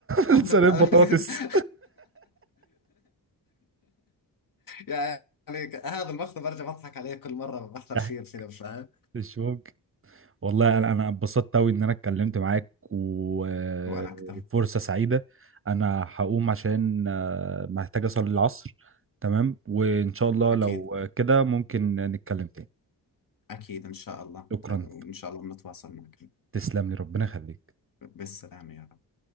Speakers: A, on the left; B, on the right.
A: عملت
B: <laughs> لسه
A: <laughs>
B: بطاطس
A: يعني هذا المقطع برجع بضحك عليه كل مره بحضر
B: ضحك
A: فيه الفيلم فاهم
B: مش ممكن والله انا أنا اتبسطت قوي ان انا اتكلمت معاك و-
A: وانا اكثر
B: وفرصة سعيدة انا هقوم عشان آه، محتاج اصلي العصر تمام وان شاء الله
A: اكيد
B: لو كده ممكن نتكلم تاني
A: اكيد ان شاء الله
B: شكرا
A: وان شاء الله بنتواصل معك
B: تسلم لي ربنا يخليك
A: بالسلامه يا رب